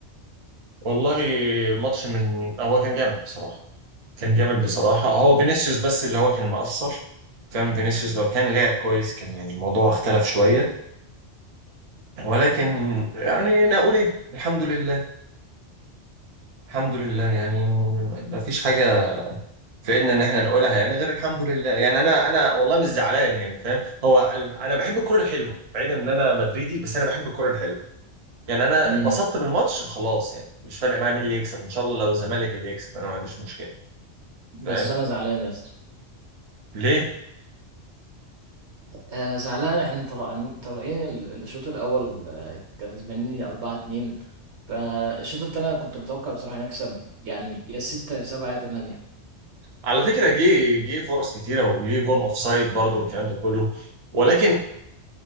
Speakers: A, on the right; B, on the right.
A: والله ماتش من هو كان جامد بصراحه كان جامد بصراحه هو فينيسيوس بس اللي هو كان مقصر فاهم فينيسيوس لو كان لعب كويس كان يعني الموضوع اختلف شويه ولكن يعني انا اقول ايه الحمد لله الحمد لله يعني ما فيش حاجه في ايدنا ان احنا نقولها يعني غير الحمد لله يعني انا انا والله مش زعلان يعني فاهم هو ال- انا بحب الكرة الحلوة بعيدا ان انا مدريدي بس انا بحب الكرة الحلوة يعني انا
B: امم
A: اتبسطت بالماتش خلاص يعني مش فارق معايا مين اللي يكسب ان شاء الله لو الزمالك اللي يكسب انا ما عنديش مشكلة
B: بس
A: فاهم
B: انا زعلان يا اسطى
A: ليه
B: آه زعلان احنا طالعين طالعين ال- الشوط الاول آه، كسبانين 4 2 فالشوط التاني أنا كنت متوقع بصراحة نكسب يعني يا 6 يا 7 يا 8
A: على فكرة جه جه فرص كتيرة وجه جون اوف سايد برضه والكلام ده كله ولكن